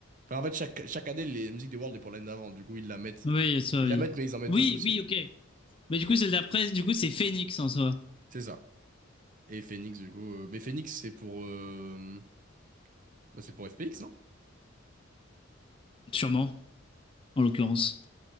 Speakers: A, on the right; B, on the left.
A: Enfin, en fait chaque, chaque année les musiques des Worlds est pour l'année avant, du coup ils la mettent,
B: Oui, ça,
A: ils
B: oui.
A: la mettent mais ils en mettent
B: Oui,
A: d'autres aussi,
B: oui, ok. Bah, du coup, celle d'après, du coup, c'est Phoenix en soi.
A: c'est ça. Et Phoenix du coup, euh, mais Phoenix c'est pour, euh, bah, c'est pour FPX non?
B: Sûrement, en l'occurrence.